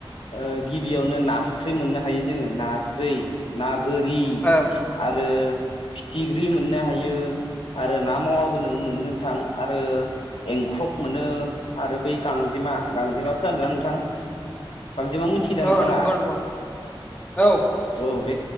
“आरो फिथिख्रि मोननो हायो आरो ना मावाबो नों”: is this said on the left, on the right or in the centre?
Left